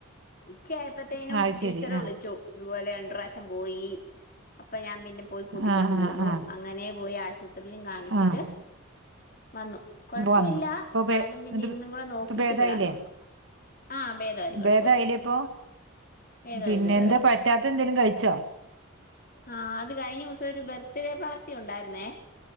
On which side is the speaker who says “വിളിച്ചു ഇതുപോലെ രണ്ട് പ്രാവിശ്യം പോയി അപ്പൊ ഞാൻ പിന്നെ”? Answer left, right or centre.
Left